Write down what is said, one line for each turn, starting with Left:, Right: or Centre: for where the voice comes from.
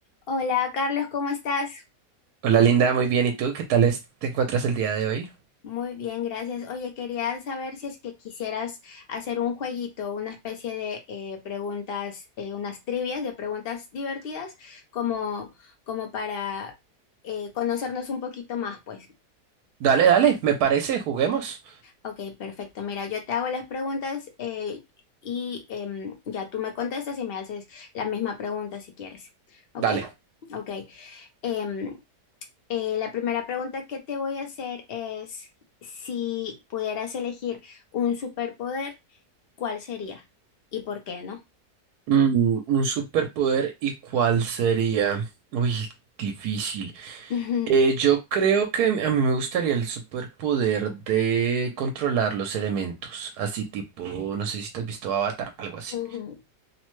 Left: Hola, Carlos, ¿cómo estás?
Right: Hola Linda, muy bien. ¿Y tú qué tal es- te encuentras el día de hoy?
Left: Muy bien, gracias. Oye, quería saber si es que quisieras hacer un jueguito, una especie de eh, preguntas, eh, unas trivias de preguntas divertidas, como, como para eh, conocernos un poquito más, pues.
Right: Dale, dale, me parece, juguemos.
Left: Ok, perfecto. Mira, yo te hago las preguntas eh, y em, ya tú me contestas y me haces la misma pregunta si quieres. Ok,
Right: Dale.
Left: ok. Em, Eh, la primera pregunta que te voy a hacer es si pudieras elegir un superpoder, ¿cuál sería? ¿Y por qué no?
Right: Mm, un superpoder, ¿y cuál sería? Uy, difícil.
Left: <laughs>
Right: Eh, yo creo que a mí me gustaría el superpoder de controlar los elementos, así tipo, no sé si te has visto Avatar, algo así.
Left: Ujú.